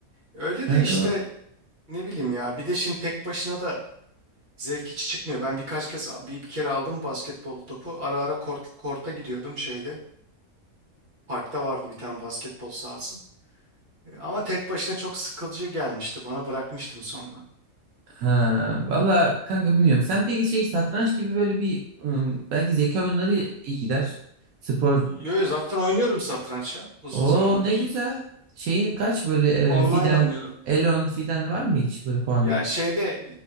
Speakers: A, on the right; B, on the right.
A: Öyle
B: Kanka
A: de işte ne bileyim ya. Bir de şimdi tek başına da zevki çıkmıyor. Ben birkaç kez bir, bir kere aldım basketbol topu. Ara ara kort, korta gidiyordum şeyde. Parkta vardı bir tane basketbol sahası. Ama tek başına çok sıkılıcı gelmişti. Bana bırakmıştım sonra.
B: ha, valla kanka bilmiyorum. Sen peki şey satranç gibi böyle bir ım, belki zeka oyunları iyi gider. Spor
A: Yo, yo, zaten oynuyorum satranç ya uzun
B: Oo
A: zamandır.
B: ne güzel. Şeyin kaç böyle
A: Online
B: e, Fiden,
A: oynuyorum.
B: Elon Fiden var mı hiç böyle puanı?
A: Ya şeyde